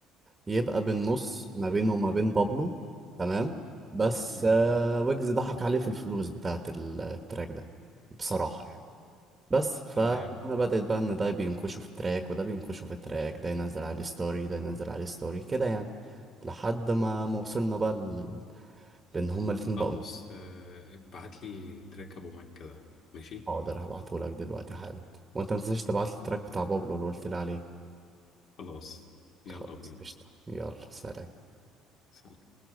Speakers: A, on the right; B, on the left.
A: يبقى بالنص ما بينه وما بين بابلو تمام بس
B: امم
A: آه، ويجز ضحك عليه في الفلوس بتاعت ال- التراك ده بصراحة يعني بس فهنا
B: تمام
A: بدأت بقى ان ده بينكشوا في التراك وده بينكشوا في التراك ده ينزل عليه ستوري ده ينزل عليه ستوري كده يعني لحد ما ما وصلنا بقى ل... لان هما الاتنين
B: خلاص
A: بقوا
B: آه، ابعت لي تراك ابو مكة ده ماشي
A: حاضر هبعتهولك دلوقتي حالا وانت ما تنساش تبعت لي التراك بتاع بابلو اللي قلت لي عليه
B: خلاص يلا
A: خلاص
B: بينا
A: قشطة يلا سلام
B: سلام.